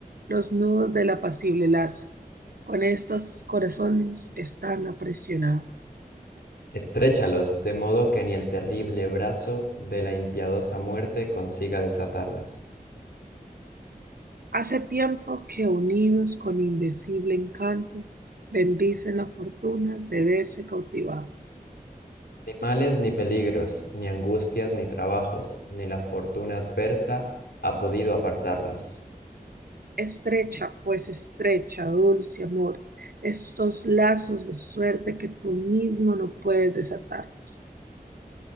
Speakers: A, on the right; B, on the left.
A: los nudos del apacible lazo. Con estos corazones están apresionados.
B: Estréchalos, de modo que ni el terrible brazo de la impiadosa muerte consiga desatarlos.
A: Hace tiempo que unidos con indecible encanto, bendicen la fortuna de verse cautivados.
B: Ni males ni peligros, ni angustias ni trabajos, ni la fortuna adversa ha podido apartarlos.
A: Estrecha, pues estrecha, dulce amor, estos lazos de suerte que tú mismo no puedes desatarlos.